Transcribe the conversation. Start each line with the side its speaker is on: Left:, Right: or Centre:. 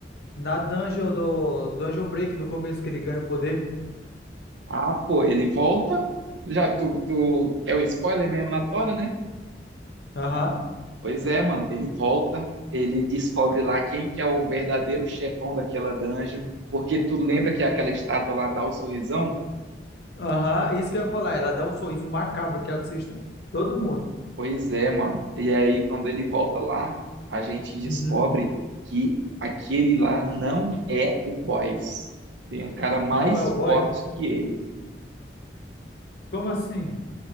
Left: Na dungeon do Dungeon Break do começo que ele ganha o poder.
Right: Ah, pô, ele volta. Já tu, tu é o spoiler mesmo na tora, né?
Left: Aham.
Right: Pois é, mano. Ele volta. Ele descobre lá quem que é o verdadeiro chefão daquela dungeon. Porque tu lembra que é aquela estátua lá dá o sorrisão?
Left: Aham. Isso que eu ia falar. Ela dá um sorriso macabro que assista todo mundo.
Right: Pois é, mano. E aí, quando ele volta lá, a gente descobre
Left: Uhum.
Right: que aquele lá não é o boss. Tem um cara mais
Left: Não é o boy?
Right: forte que ele.
Left: Como assim?